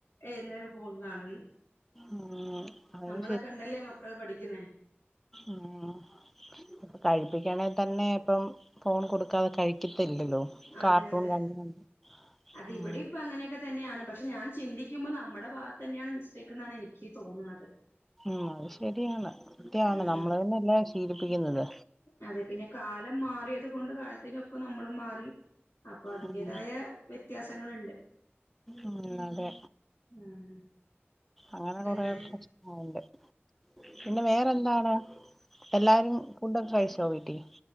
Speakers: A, on the left; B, in the centre.
A: ഏത് നേരം ഫോണിലണന്ന്
B: ഉം അത്
A: നമ്മളെ കണ്ടല്ലേ മക്കള് പഠിക്കുന്നേ
B: ആഹ് കഴിപ്പിക്കണെ തന്നെ ഇപ്പം ഫോൺ കൊടുക്കാതെ കഴി ഇപ്പല്ലല്ലോ
A: അതെ
B: കാർട്ടൂൺ
A: അതെ
B: ക <unintelligible>
A: അത്
B: ഉം
A: ഇവിടെ ഇപ്പ അങ്ങനെയൊക്കെ തന്നെയാണ് പക്ഷെ ഞാൻ ചിന്തിക്കുമ്പോ നമ്മുടെ ബാഗത്ത് തന്നെയാണ് മിസ്റ്റേക്ക് എന്നാണ് എനിക്ക് തോന്നുന്നത്
B: ഉം അത് ശരിയാണ് കൃത്യാണ്
A: ഉം
B: നമ്മളന്നെല്ലേ
A: ഉം
B: അത് ശീലിപ്പിക്കുന്നത്
A: അതെ പിന്നെ കാലം മാറിയത് കൊണ്ട് കാലത്തിനൊപ്പം നമ്മളും മാറി അപ്പൊ അതിന്റേതായ
B: ഉം
A: വ്യത്യാസങ്ങുണ്ട്
B: ഉം അതെ
A: ഉം
B: അങ്ങനെ
A: ന്നിട്ടെന്താണ്
B: കൊറേ പ്രശ്നങ്ങളുണ്ട് പിന്നെ വേറെന്താണ് എല്ലാരും ഫുഡൊക്കെ കയിച്ചോ വീട്ടിൽ